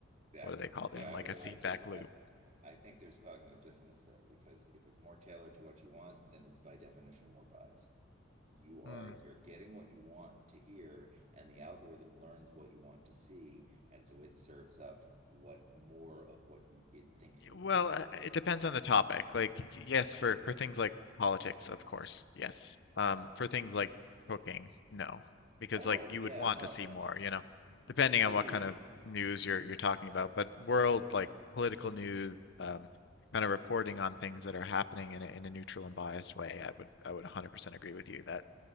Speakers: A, on the right (about 35°); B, on the left (about 55°).
A: Exactly.
B: what do they call
A: See,
B: them?
A: I
B: Like
A: would,
B: a feedback
A: I take,
B: loop.
A: I, I think there's cognitive dissonance there because if it's more tailored to what you want, then it's by definition more biased. You are,
B: Mm.
A: you're getting what you want to hear, and the algorithm learns what you want to see, and so it serves up what more of what you, it thinks you
B: Well,
A: want to
B: uh,
A: see.
B: it depends on the topic. Like, y- yes, for for things like politics, of course, yes. Um, for things like cooking, no, because
A: Oh,
B: like you
A: yeah,
B: would want
A: no,
B: to see
A: no,
B: more,
A: no.
B: you know, depending
A: Totally
B: on what kind of
A: different.
B: news you're you're talking about. But world like political news, um, kind of reporting on things that are happening in a, in a neutral and biased way, I would I would 100% agree with you that